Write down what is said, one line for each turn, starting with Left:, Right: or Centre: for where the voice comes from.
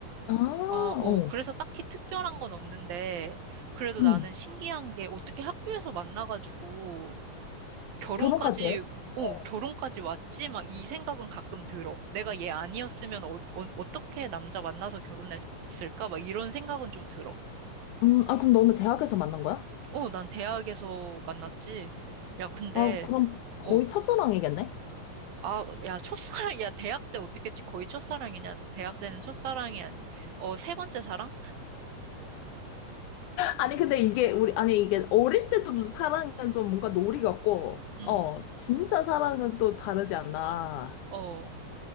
Left: 아,
Right: 아, 어,
Left: 어,
Right: 그래서 딱히 특별한 건 없는데, 그래도
Left: 응.
Right: 나는 신기한 게 어떻게 학교에서 만나가지고 결혼까지,
Left: 결혼까지 해?
Right: 어,
Left: 어.
Right: 결혼까지 왔지? 막 이 생각은 가끔 들어. 내가 얘 아니었으면 어, 어, 떻게 남자 만나서 결혼했을까? 막 이런 생각은 좀 들어.
Left: 음, 아, 그럼 너는 대학에서 만난 거야?
Right: 어, 난 대학에서 만났지. 야, 근데,
Left: 아, 그럼 거의
Right: 어,
Left: 첫사랑이겠네?
Right: 아, 야, 첫사랑, 야, 대학 때 어떻게 거의 첫사랑이냐? 대학 때는 첫사랑이, 아니- 어, 세 번째 사랑?
Left: 아니, 근데 이게, 우리, 아니, 이게 어릴 때 또 사랑은 좀 뭔가 놀이 같고,
Right: 음,
Left: 어, 진짜 사랑은 또 다르지 않나.
Right: 어,